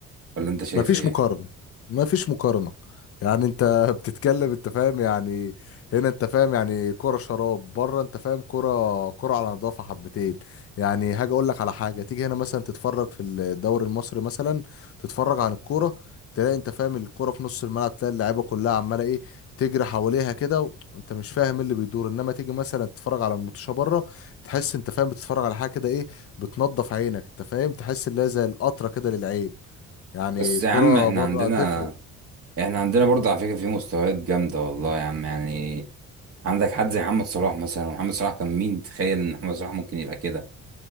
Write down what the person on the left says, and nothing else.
ما فيش
مقارنة ما فيش مقارنة يعني انت <laughs> بتتكلم انت فاهم يعني هنا انت فاهم يعني كرة شراب بره انت فاهم كرة كرة على نظافة حبتين يعني هاجي اقول لك على حاجة تيجي هنا مثلا تتفرج في الدوري المصري مثلا تتفرج عن الكورة تلاقي انت فاهم الكرة في نص الملعب تلاقي اللعيبة كلها عمالة ايه تجري حواليها كده و- وانت مش فاهم ايه اللي بيدور انما تيجي مثلا تتفرج على الماتشة بره تحس انت فاهم بتتفرج على حاجة كده ايه بتنضف عينك انت فاهم تحس اللي هي زي القطرة كده للعين يعني
كرة
بره
تفرق